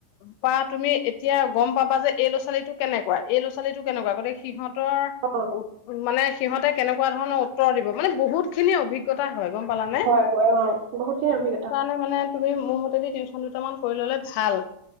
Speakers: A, on the left; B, on the right.
A: পৰা তুমি এতিয়া গ'ম পাবা যে, এই ল'ৰা ছোৱালীটো কেনেকুৱা, এই ল'ৰা ছোৱালীটো কেনেকুৱা। গতিকে সিহঁত
B: অ',
A: <unintelligible> মানে সিহঁতে কেনেকুৱা ধৰণৰ উত্তৰ দিব, মানে বহুতখিনি অভিজ্ঞ টা। হয়, গ'ম পালনে?
B: হয়, হয়, অ', বহুতখিনি
A: সে-সেইটো
B: অভিজ্ঞতা
A: কাৰণে মানে তুমি, মোৰ মতেদি টিউচনটো বৰ্তমান কৰি ল'লে ভাল।